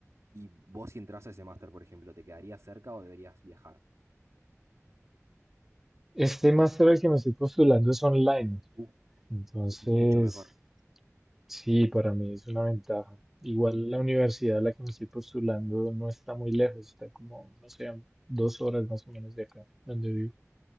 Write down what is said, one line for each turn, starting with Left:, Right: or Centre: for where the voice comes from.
Right: Y vos si entras a ese máster, por ejemplo, ¿te quedaría cerca o deberías viajar?
Centre: Este máster al que me estoy postulando es online,
Right: Uf,
Centre: entonces
Right: mucho mejor.
Centre: Sí, para mí es una ventaja. Igual la universidad a la que me estoy postulando no está muy lejos, está como, no sé, a dos horas más o menos de acá, donde vivo.